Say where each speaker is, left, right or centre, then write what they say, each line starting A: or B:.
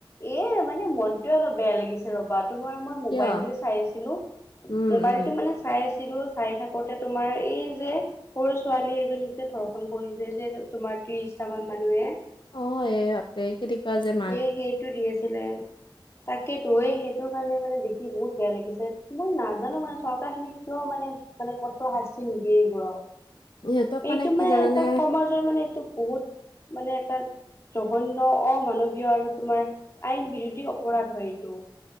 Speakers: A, on the left (about 30°); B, on the left (about 65°).
A: এ মানে মনটোয়ে অলপ বেয়া লাগিছে। ৰবা তোমাৰ মই মোবাইলটোৱে
B: কিয়
A: চাই আছিলো।
B: উম
A: মোবাইলটো
B: উম
A: মানে চাই আ সেইটো চাই থাকোতে তোমাৰ এই যে সৰু ছোৱালী এজনীক যে ধৰ্ষণ কৰিছে যে তোমাৰ ত্ৰিশটা মান মানুহে
B: অ', এ <unintelligible> যেন
A: এই সেইটো দি আছিলে। তাকেতো, এই সেইটো কাৰণে মানে দেখি বহুত বেয়া লাগিছে। মই নাজানো মানে চৰকাৰ খনে কিয় মানে মানে কত শাস্তি নিদিয়ে এইবোৰ আৰু
B: ইহঁতক
A: এইটো
B: কি
A: মানে
B: জানানে
A: এটা সমাজৰ মানে এইটো বহুত মানে এটা জঘন্য অমানৱিক প্ৰয় আৰু তোমাৰ আইন বিৰোধী অপৰাধ হয় এইটো